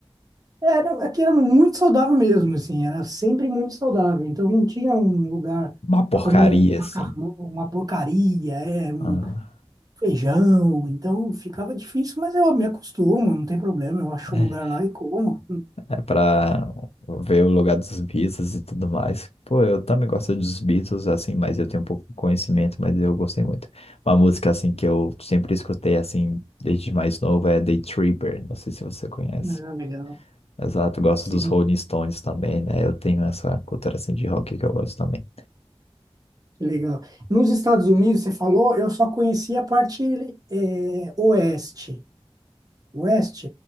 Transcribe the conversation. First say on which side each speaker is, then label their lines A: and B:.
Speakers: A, on the right; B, on the left.
A: Era, aqui era muito saudável mesmo, assim, era sempre muito saudável. Então não tinha um lugar
B: Uma porcaria
A: para comer um macarrão,
B: assim.
A: uma porcaria, é, um
B: Ah,
A: feijão. Então ficava difícil, mas eu me acostumo, não tem problema. Eu acho
B: é
A: um lugar lá e como.
B: é pra ver o lugar dos Beatles e tudo mais. Pô, eu também gosto dos Beatles assim, mas eu tenho um pouco de conhecimento, mas eu gostei muito. Uma música assim que eu sempre escutei assim desde mais novo é The Tripper. Não sei se você conhece.
A: Ah, legal.
B: Exato, gosto
A: Sim,
B: dos Rolling Stones também, né? Eu tenho essa cultura assim de rock que eu gosto também.
A: que legal. Nos Estados Unidos, você falou, eu só conhecia a parte é, oeste. West,